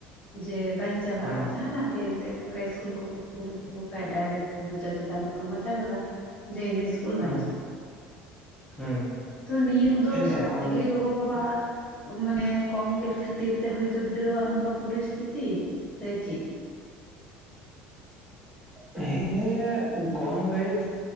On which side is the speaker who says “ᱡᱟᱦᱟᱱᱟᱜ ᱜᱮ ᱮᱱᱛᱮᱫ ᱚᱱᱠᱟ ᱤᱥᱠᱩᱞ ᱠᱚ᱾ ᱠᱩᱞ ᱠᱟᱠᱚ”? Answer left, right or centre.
Left